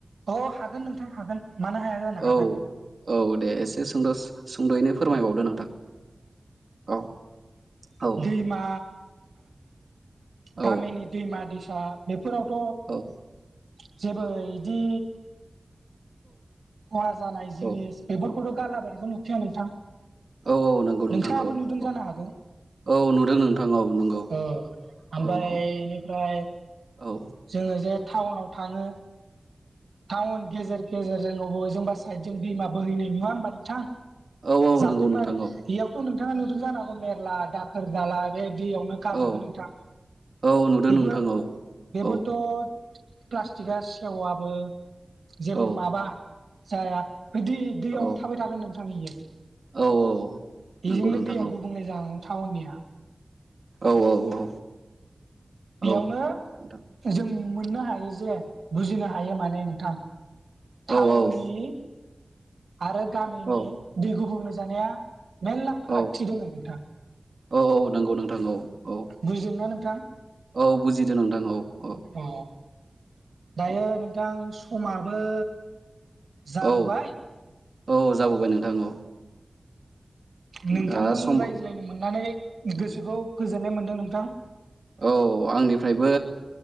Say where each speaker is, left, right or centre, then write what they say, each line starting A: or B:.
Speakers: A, on the right (about 90°); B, on the right (about 55°).
A: अ हागोन नोंथां हागोन। मानो हाया जानो हागोन
B: औ औ दे एसे सोंद'स सुंद'यैनो फोरमायबावदो नोंथां औ। औ
A: दैमा
B: औ
A: गामिनि दैमा दैसा बे फोरावथ'
B: औ
A: जेबो इदि खहा जानाय जिनिस
B: औ
A: बेफोरखौथ' गारलाबायनायखौ नुखाया नोंथां।
B: औ नंगौ नोंथां
A: नोंथाङाबो
B: औ
A: नुदों
B: औ
A: जानो हागौ।
B: औ नुदों नोंथां औ नंगौ
A: औ ओमफ्राय
B: औ
A: बेनिफ्राय
B: औ औ
A: जोङो जे टाउनाव थाङो। टाउन गेजेर गेजेरजों बबेजोंबा साइदजों दैमा बोहैनाय नुवा होमबा नोंथां?
B: औ औ
A: जाम्फै
B: नंगौ नोंथां
A: मा
B: औ
A: बेयावथ' नोंथाङा नुदों जानो हांगौ मेरला दाखोर दाला बे दैयावनो गारजोबो
B: औ
A: नोंथां
B: औ नुदों
A: बेबो
B: नोंथां औ
A: बेबोथ'
B: औ
A: प्लास्टिकआ सेवाबो जेबो
B: औ
A: माबा जाया दै दैयावनो
B: औ
A: थाबाय थागोन नोंथां बेयो
B: औ औ
A: बेजोंनो
B: नंगौ नोंथां
A: दैया
B: औ
A: गुबुंले जालां। टाउननिया
B: औ औ औ।
A: बेयावनो
B: औ नोंथां
A: जों मोननो हायो जे बुजिनो हायो माने नोंथां। टाउननि
B: औ औ
A: आरो गामिनि
B: औ
A: दै गुबुंले जानाया मेर्ला फारागथि
B: औ
A: दङ नोंथां।
B: औ -औ नंगौ नोंथां औ औ
A: बुजिदोंना नोंथां?
B: औ बुजिदो नोंथां औ औ
A: अ दायो
B: औ
A: नोंथां समाबो जाबोबाय
B: औ औ जाबोबाय नोंथां औ।
A: नोंथांजों
B: दा समा
A: रायज्लायनो मोननानै गोसोखौ गोजोननाय मोनदों नोंथां।
B: औ आंनिफ्रायबो